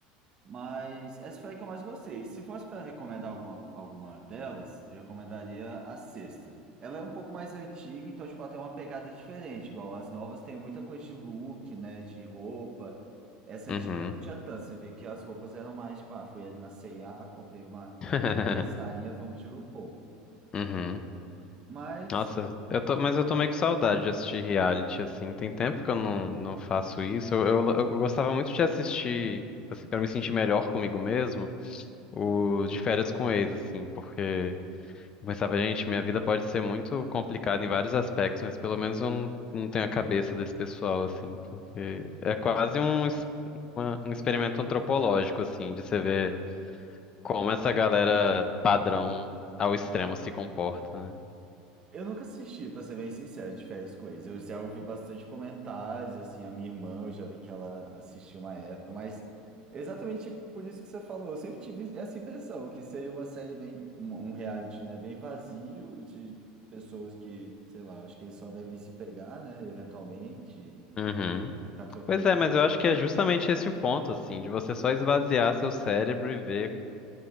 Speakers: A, on the right; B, on the left.
A: Mas essa foi a que eu mais gostei. Se fosse para recomendar alguma, alguma delas, eu recomendaria a sexta. Ela é um pouco mais antiga, então, tipo, ela tem uma pegada diferente. Igual as novas tem muita coisa de look, né? De roupa. Essa
B: uhum.
A: antiga não tinha tanto. Você vê que as roupas eram mais, tipo, ah, fui ali na C&A, comprei uma
B: <laughs>
A: A sainha, vamos de RuPaul.
B: Uhum.
A: Mas
B: Nossa, eu tô, mas eu tô meio com saudade de assistir reality, assim. Tem tempo que eu não, não faço isso. Eu, eu, eu gostava muito de assistir, assim, pra me sentir melhor comigo mesmo, o de férias com ex, assim, porque eu pensava, gente, minha vida pode ser muito complicada em vários aspectos, mas pelo menos eu não, não tenho a cabeça desse pessoal, assim, porque é quase um, es- uma- um experimento antropológico, assim, de você ver como essa galera padrão ao extremo se comporta, né?
A: eu nunca assisti, pra ser bem sincero, de férias com ex. Eu já ouvi bastante comentários, assim, a minha irmã, eu já vi que ela assistiu uma época, mas exatamente por isso que você falou, eu sempre tive essa impressão, que seria uma série bem, um um reality, né, bem vazio, de pessoas que, sei lá, acho que eles só devem se pegar, né, eventualmente,
B: Uhum.
A: ficar trocando.
B: Pois é, mas eu acho que é justamente esse o ponto, assim, de você só esvaziar seu cérebro e ver